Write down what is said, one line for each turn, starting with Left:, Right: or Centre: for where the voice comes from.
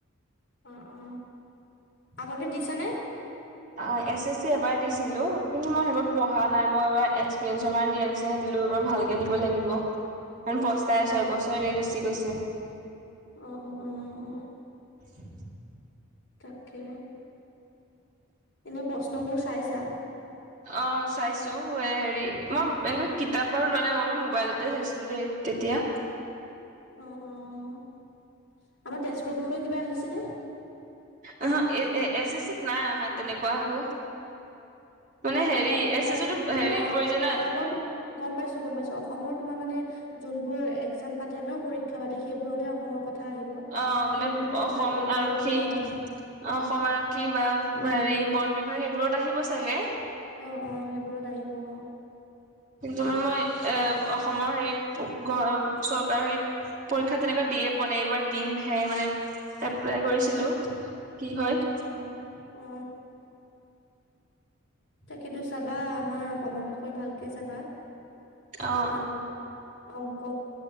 Left: অ, অ, আগতে দিছানে?
Right: অ, এছ, এছ, চি, এবাৰ দিছিলো, কিন্তু মই সেইবাৰ পঢ়া নাই মই এইবাৰ এক্সপিৰিয়েঞ্চৰ কাৰণ দি আছিলো। দিলো এইবাৰ ভালকে দিব লাগিব, মই পস্তাই
Left: অ',
Right: আছো এবছৰ এনে গুচি গৈছে।
Left: অ, অ, অ, অ,
Right: <inaudible>
Left: তাকে। এনে, প্ৰশ্নবোৰ চাইছা।
Right: <inaudible> অ, চাইছো হেৰি মই এনে কিতাপ বাৰু লোৱা নাই, মই বাৰু মোবাইলতে চাইছিলো দেই তেতিয়া।
Left: অ, অ, আমাৰ তেজপুৰৰ বিষয়ে কিবা আহিছেনে?
Right: অহ, এ, এছ, এছ, চিত, নাই অহা তেনেকুৱা একো। মানে
Left: অ,
Right: হেৰি
Left: অসমৰ
Right: এছ এছ চিটো হেৰিত
Left: ন,
Right: পৰি যায় ন
Left: অসমৰ তো গম পাইছো, গম পাইছো, অসমৰ তোমাৰ মানে, যোনবোৰ একজাম পাতে ন, পৰীক্ষা পাতে সেইবোৰতহে অসমৰ কথা আহিব,
Right: অ
Left: এনেই মানে
Right: অসম
Left: তোমাৰ এইবোৰত
Right: আৰক্ষী
Left: বহুত কম আহে।
Right: অসম আৰক্ষী বা হেৰি, বন বিভাগ এইবোৰত আহিব চাগে।
Left: অ, অ, সেইবোৰত আহিব। অ,
Right: কিন্তু মানে মই এ, অসমৰ হেৰিত চৰকাৰৰ হেৰিত পৰীক্ষা তেনেকুৱা দিয়ে পোৱা নাই, এইবাৰ দিম হে মানে এপ্লাই কৰিছিলো কি হয়।
Left: অ অ তাকেতো চাবা আমাৰ অসমৰ বিষয়ে ভালকে চাবা।
Right: অ
Left: আৰু অংক,